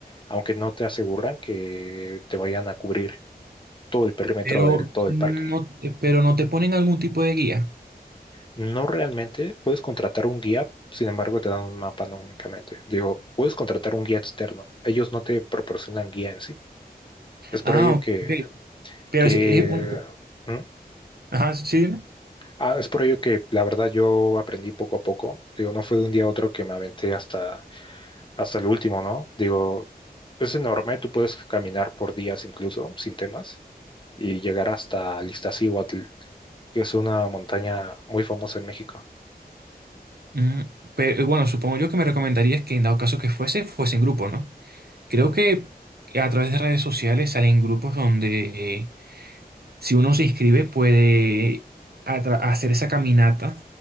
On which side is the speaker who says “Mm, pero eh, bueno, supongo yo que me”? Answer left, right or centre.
Right